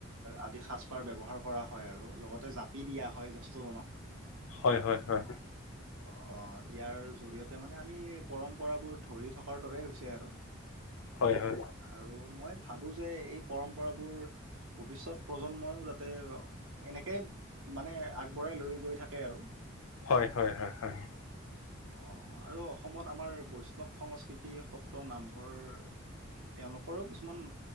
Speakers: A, on the right; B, on the left.
A: আদি সাজপাৰ ব্যৱহাৰ কৰা হয় আৰু লগতে জাপি দিয়া হয় জেষ্ঠ জনক।
B: হয় হয় হয়
A: অ, ইয়াৰ জৰিয়তে মানে আমি পৰম্পৰাবোৰ ধৰি থকাৰ দৰে হৈছে। আৰু
B: হয় হয় হয়
A: আৰু মই ভাবোঁ যে এই পৰম্পৰাবোৰ ভৱিষ্যত প্ৰজন্মইো যাতে এনেকেই মানে আগবঢ়াই লৈ গৈ থাকে আৰু।
B: হয় হয় হয় হয়।
A: অ, আৰু অসমত আমাৰ বৈষ্ণৱ সংস্কৃতি সত্ৰ নামঘৰ তেওঁলোকৰো কিছুমান